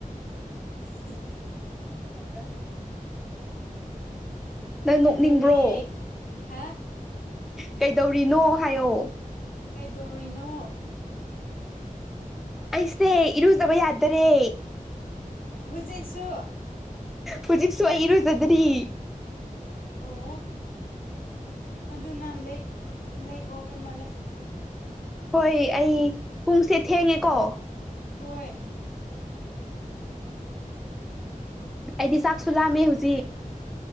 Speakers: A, on the left (about 85°); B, in the centre.
A: <unintelligible>
B: <inaudible> ꯅꯪ
A: ꯀꯩꯗꯧꯔꯤꯌꯦ
B: ꯅꯣꯛꯅꯤꯡꯕ꯭ꯔꯣ
A: ꯍꯥ
B: ꯀꯩꯗꯧꯔꯤꯅꯣ ꯍꯥꯏꯌꯣ
A: ꯀꯩꯗꯧꯔꯤꯅꯣ
B: ꯑꯩꯁꯦ ꯏꯔꯨꯖꯕ ꯌꯥꯗꯔꯦ
A: ꯍꯨꯖꯤꯛꯁꯨ
B: ꯍꯨꯖꯤꯛꯁꯨ ꯑꯩ ꯏꯔꯨꯖꯗꯔꯤ
A: ꯑꯣ ꯑꯗꯨ ꯅ ꯂꯦꯛ ꯂꯦꯛ ꯑꯣꯏꯕ ꯃꯥꯜꯂꯦ
B: ꯍꯣꯏ ꯑꯩ ꯄꯨꯡꯁꯦ ꯊꯦꯡꯉꯦꯀꯣ
A: ꯈꫭꯏ
B: ꯑꯩꯗꯤ ꯆꯥꯛꯁꯨ ꯂꯥꯝꯃꯦ ꯍꯨꯖꯤꯛ